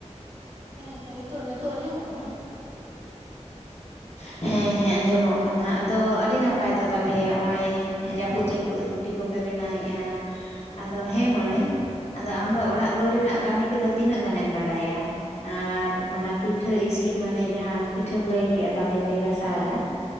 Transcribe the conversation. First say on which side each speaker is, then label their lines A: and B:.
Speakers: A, on the right (about 70°); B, on the left (about 65°).
A: ᱦᱮᱸ ᱦᱮᱸ ᱱᱤᱛᱳ ᱱᱤᱛᱚᱜ ᱟᱸᱡᱚᱢᱚᱜ ᱠᱟᱱᱟ?
B: <unintelligible> ᱦᱮᱸ ᱦᱮᱸ ᱟᱸᱡᱚᱢᱚᱜ ᱠᱟᱱᱟ, ᱟᱫᱚ ᱟᱹᱰᱤ ᱱᱟᱯᱟᱭ ᱛᱚ ᱛᱟᱦᱚᱞᱮ ᱱᱚᱭ, ᱡᱟᱹᱯᱩᱫ
A: ᱦᱳᱭ
B: ᱡᱟᱹᱯᱩᱫ
A: ᱦᱳᱭ
B: ᱨᱩᱴᱤ ᱠᱚᱯᱮ ᱯᱮ ᱵᱮᱱᱟᱣᱮᱫᱼᱟ, ᱟᱫᱚ
A: ᱦᱳᱭ
B: ᱦᱮᱸ ᱢᱟᱹᱭ
A: ᱦᱳᱭ
B: ᱟᱫᱚ
A: ᱦᱮᱸ
B: ᱟᱢ ᱫᱚ ᱚᱲᱟᱜ ᱫᱩᱣᱟᱨ ᱨᱮᱱᱟᱜ ᱠᱟᱹᱢᱤ ᱠᱚᱫᱚ ᱛᱤᱱᱟᱹᱜ ᱜᱟᱱᱮᱢ ᱵᱟᱲᱟᱭᱟ? ᱟᱨ ᱚᱱᱟ ᱯᱤᱴᱷᱟᱹ ᱤᱥᱤᱱ, ᱢᱟᱱᱮ ᱡᱟᱦᱟᱸ ᱯᱤᱴᱷᱟᱹᱢ ᱞᱟᱹᱭ ᱠᱮᱫᱼᱟ ᱛᱟᱞᱮ ᱯᱮ ᱜᱟᱥᱟᱣ
A: ᱦᱮᱸ
B: ᱮᱫᱟ,
A: ᱦᱮᱸ